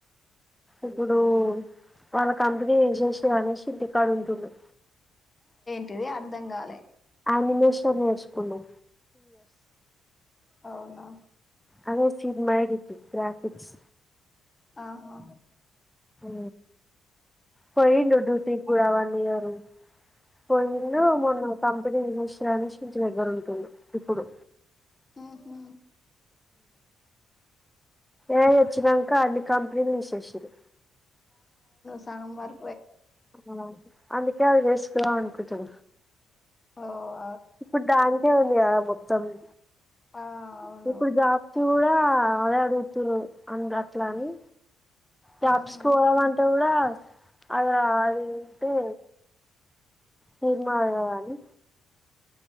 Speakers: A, in the centre; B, on the left.
A: ఇప్పుడు వాళ్ళ కంపెనీ తీసెస్ అనసి ఇంటికాడ ఉంటుండ్రు
B: టిది అర్థం కాలే
A: ఆనిమేషన్ నేర్చుకుండే
B: అవునా
A: అదే సీడ్ మై డిటు గ్రాఫిక్స్
B: ఆ హా
A: ఉ పోయిండు డ్యూటీ కూడా వన్ ఇయరు పోయిండు
B: ఓహో
A: మొన్న కంపెనీ చూసి ప్రమష్ నుంచి దగ్గర ఉంటుండు ఇప్పుడు
B: హు హు
A: ఏ వచ్చదంకా అన్ని కా విన్నసేసిర్రు
B: సగంవార్
A: ఆ అందుకే చేస్ సలాను కొంచం
B: హ
A: ఇప్పుడు డాన్సే ఉంది కదా మొ తమి
B: ఆ అవును
A: ఇప్పుడు జాప్తి కూడా చాలే అడుగుతురు అందు అట్ల అని కాబ్స్
B: ఆహా
A: పోదాం అంటే కూడా అలా అది ఇంటే హిమా అడవాణి